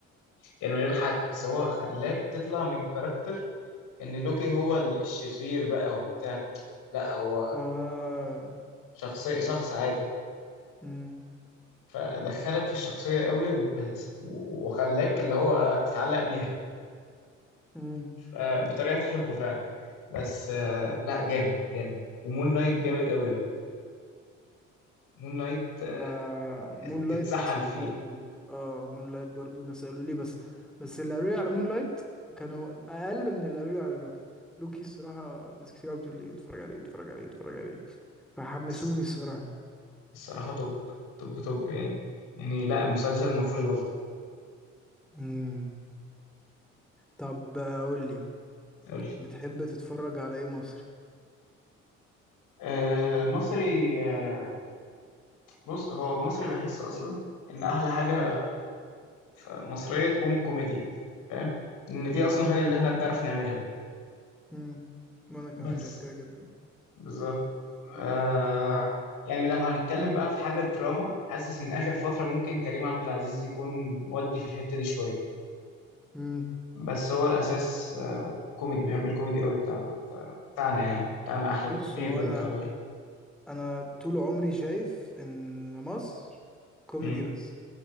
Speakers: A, on the left; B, in the centre.
A: يعني من غير حق بس هو خلاك تطلع من كاركتر ان لوكي هو ال- الشرير بقى وبتاع لا هو
B: اه
A: شخصية
B: فهمت.
A: شخص عادي
B: مم.
A: فدخلك في الشخصية قوي وبس وخلاك اللي هو تتعلق بيها
B: مم.
A: ف- بطريقة تحبه فعلا بس آه، لا جامد جامد ومون نايت جامد قوي بقى مون نايت آه،
B: آه مون
A: تتسحل
B: لايت برضو
A: فيه
B: اه مون لايت برضو ناس قالوا لي بس بس اللي قالوا لي على مون لايت كانوا اقل من اللي قالوا لي على لوكي لوكي الصراحة ناس كتير قوي بتقول لي اتفرج عليه اتفرج عليه اتفرج عليه فحمسوني
A: الص-
B: الصراحة
A: الصراحة توب توب توب يعني يعني لا المسلسل ما فيهوش غلطة
B: مم. طب آه، قول لي
A: قول لي.
B: بتحب تتفرج على ايه مصري
A: آه، مصري آه، بص هو مصري بحس اصلا ان احلى حاجه في مصريه تكون كوميديا فاهم ان دي اصلا
B: مم.
A: حاجه اللي احنا بنعرف نعملها
B: امم وانا
A: بس
B: كمان شايف كده جدا
A: بالظبط آه يعني لو هنتكلم بقى في حاجه دراما حاسس ان اخر فتره ممكن كريم عبد العزيز يكون مودي في الحته دي شويه
B: امم
A: بس هو الاساس آه كوميدي بحب الكوميدي قوي بتاع بتاعنا يعني بتاعنا احلى
B: بص
A: كتير
B: هو انا
A: من بتاع بره
B: انا طول عمري شايف ان مصر كوميدي
A: مم،
B: بس